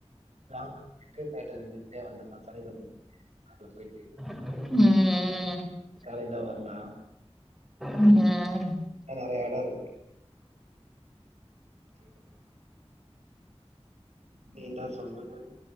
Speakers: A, on the right; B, in the centre.
A: லாங் ப் காட்டுதுண்ணு ஏ வந்துடலா சனிக்கெழம நாலாம் போய்ட்டு
B: ம் ம்
A: காலையில வரலா
B: ம் ம்
A: <unintelligible> <inaudible> நீ தா சொல்லனு